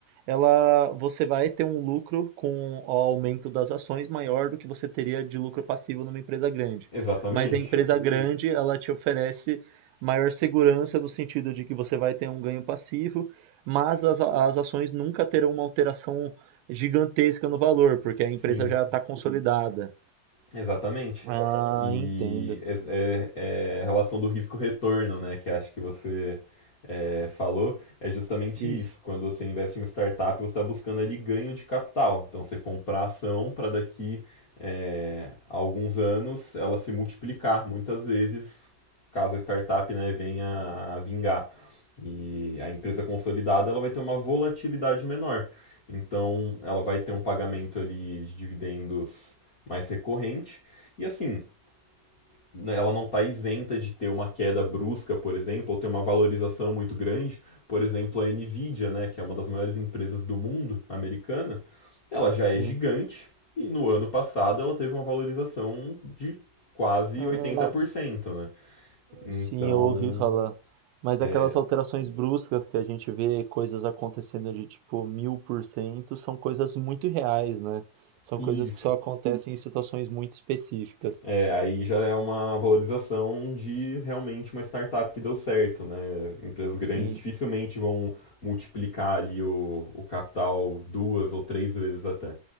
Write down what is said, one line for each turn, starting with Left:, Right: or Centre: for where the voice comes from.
Right: ela você vai ter um lucro com o aumento das ações maior do que você teria de lucro passivo numa empresa grande.
Left: Exatamente.
Right: Mas a empresa grande, ela te oferece maior segurança no sentido de que você vai ter um ganho passivo, mas as, as ações nunca terão uma alteração gigantesca no valor, porque a empresa
Left: Sim.
Right: já está Uhum. consolidada.
Left: Exatamente.
Right: Ah,
Left: E
Right: entendo.
Left: é, é- é a relação do risco-retorno, né, que acho que você é, falou, é justamente
Right: Isso.
Left: isso. Quando você investe em uma startup, você está buscando ali ganho de capital. Então, você comprar ação para daqui é, a alguns anos ela se multiplicar, muitas vezes, caso a startup, né, venha a vingar. E a empresa consolidada, ela vai ter uma volatilidade menor. Então, ela vai ter um pagamento ali de dividendos mais recorrente. E assim, né, ela não está isenta de ter uma queda brusca, por exemplo, ou ter uma valorização muito grande. Por exemplo, a Nvidia, né, que é uma das maiores empresas do mundo, americana, ela já
Right: Sim.
Left: é gigante e no ano passado ela teve uma valorização de quase
Right: Ah,
Left: oitenta por cento né? Então,
Right: Sim, eu ouvi falar. Mas
Left: é,
Right: aquelas alterações bruscas que a gente vê coisas acontecendo de tipo mil por cento são coisas muito reais, né? São
Left: e
Right: coisas que só acontecem em situações muito específicas.
Left: É, aí já é uma valorização de realmente uma startup que deu certo, né? Empresas grandes
Right: Sim.
Left: dificilmente vão multiplicar ali o, o capital duas ou três vezes até.